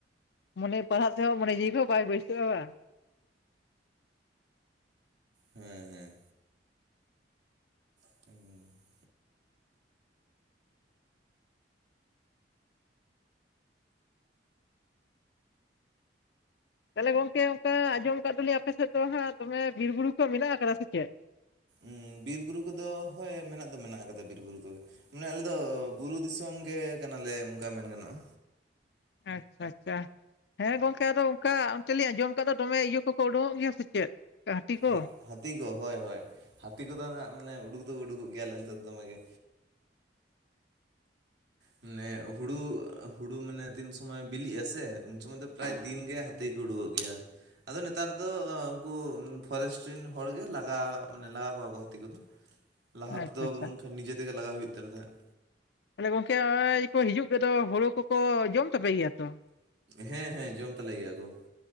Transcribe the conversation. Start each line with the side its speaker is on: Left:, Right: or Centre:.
Left: ᱢᱚᱱᱮ ᱯᱟᱲᱦᱟᱜ ᱥᱮᱜᱦᱚᱸ ᱢᱚᱱᱮ ᱡᱤᱣᱤ ᱠᱚ ᱵᱟᱭ ᱵᱟᱹᱭᱥᱠᱟᱹᱜᱼᱟ ᱵᱟ
Right: ᱦᱮᱸ ᱦᱮᱸ <unintelligible>
Left: ᱛᱟᱦᱚᱞᱮ ᱜᱚᱝᱠᱮ ᱚᱱᱠᱟ ᱟᱸᱡᱚᱢ ᱟᱠᱟᱫ ᱫᱚᱞᱤᱧ ᱟᱯᱮ ᱥᱮᱫ ᱫᱚ ᱦᱟᱸᱜ ᱫᱚᱢᱮ ᱵᱤᱨ ᱵᱩᱨᱩ ᱠᱚ ᱢᱮᱱᱟᱜ ᱠᱟᱫᱟ ᱥᱮ ᱪᱮᱫ
Right: ᱩ ᱵᱤᱨᱵᱩᱨᱩ ᱠᱚᱫᱚ ᱦᱳᱭ ᱢᱮᱱᱟᱜ ᱫᱚ ᱢᱮᱱᱟᱜ ᱠᱟᱫᱟ ᱵᱤᱨ ᱵᱩᱨᱩ ᱠᱚᱜᱮ ᱢᱟᱱᱮ ᱟᱞᱮ ᱫᱚ ᱵᱩᱨᱩ ᱫᱤᱥᱚᱢ ᱜᱮ ᱠᱟᱱᱟᱞᱮ ᱚᱱᱠᱟ ᱢᱮᱱ ᱜᱟᱱᱚᱜᱼᱟ
Left: ᱟᱪᱪᱷᱟ ᱟᱪᱪᱷᱟ ᱦᱮᱸ ᱜᱚᱝᱠᱮ ᱟᱫᱚ ᱚᱱᱠᱟ ᱛᱤᱞᱤᱧ ᱟᱸᱡᱚᱢ ᱟᱠᱟᱫᱟ ᱫᱚᱢᱮ ᱤᱭᱟᱹ ᱠᱚᱠᱚ ᱩᱰᱩᱝᱠᱚᱜ ᱜᱮᱭᱟ ᱥᱮ ᱪᱮᱫ ᱦᱟᱛᱤ ᱠᱚ
Right: ᱦᱟ ᱦᱟᱹᱛᱤ ᱠᱚ ᱦᱳᱭ ᱦᱳᱭ ᱦᱟᱹᱛᱤ ᱠᱚᱫᱚ ᱱᱟᱦᱟᱜ ᱢᱟᱱᱮ ᱩᱰᱩᱠ ᱫᱚ ᱩᱰᱩᱠᱚᱜ ᱜᱮᱭᱟᱞᱮ ᱮᱱᱛᱮ ᱫᱚᱢᱮᱜᱮ ᱢᱟᱱᱮ ᱦᱩᱲᱩ, ᱦᱩᱲᱩ ᱢᱟᱱᱮ ᱛᱤᱱ ᱥᱩᱢᱟᱹᱭ ᱵᱤᱞᱤᱜ ᱟᱥᱮ ᱩᱱ ᱥᱩᱚᱢᱟᱹᱭ ᱫᱚ ᱯᱨᱟᱭ ᱫᱤᱱ ᱜᱮ -ᱛᱤ ᱠᱚ ᱩᱰᱩᱠᱚᱜ ᱜᱮᱭᱟ ᱟᱫᱚ ᱱᱮᱛᱟᱨ ᱫᱚ ᱩᱱᱠᱩ ᱯᱷᱚᱨᱮᱥᱴᱚ ᱨᱮᱱ ᱦᱚᱲ ᱜᱮ ᱞᱟᱜᱟ ᱢᱟᱱᱮ ᱞᱟᱜᱟ ᱠᱚᱣᱟ ᱠᱚ ᱦᱟᱹᱛᱤ ᱠᱚᱫᱚ
Left: <inaudible>
Right: ᱞᱟᱦᱟ ᱛᱮᱫᱚ
Left: ᱟᱪᱪᱷᱟ
Right: ᱵᱟᱝᱠᱷᱟᱱ ᱱᱤᱡᱮ ᱛᱮᱜᱮ ᱞᱟᱜᱟ ᱦᱩᱭᱩᱜ ᱛᱟᱞᱮ ᱛᱟᱦᱮᱸᱫ
Left: ᱛᱟᱦᱚᱞᱮ ᱜᱚᱝᱠᱮ <unintelligible> ᱠᱚ ᱦᱤᱡᱩᱜ ᱜᱮᱫᱚ ᱦᱩᱲᱩ ᱠᱚᱠᱚ ᱡᱚᱢ ᱛᱟᱯᱮ ᱜᱮᱭᱟ ᱛᱚ
Right: ᱦᱮᱸ ᱦᱮᱸ ᱡᱚᱢ ᱛᱟᱞᱮ ᱜᱮᱭᱟ ᱠᱚ